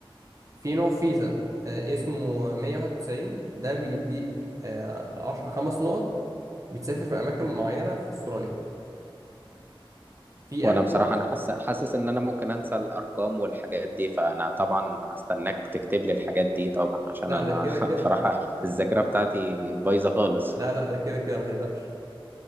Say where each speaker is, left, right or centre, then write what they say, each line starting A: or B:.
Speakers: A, on the right (about 35°); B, on the right (about 20°).
A: في نوع فيزا آه، اسمه 191 ده بيديك آه، عش... خمس نقط بتسافر في أماكن معينة في أستراليا في
B: وانا
A: آخر
B: بصراحه
A: نوع
B: انا حاسس حاسس ان انا ممكن انسى الارقام والحاجات دي فانا طبعا هستناك تكتب لي الحاجات دي طبعا عشان
A: لا
B: انا
A: ده كده كده
B: <laughs> بصراحه الذاكره بتاعتي بايظه خالص
A: لا لا ده كده كده ما تقلقش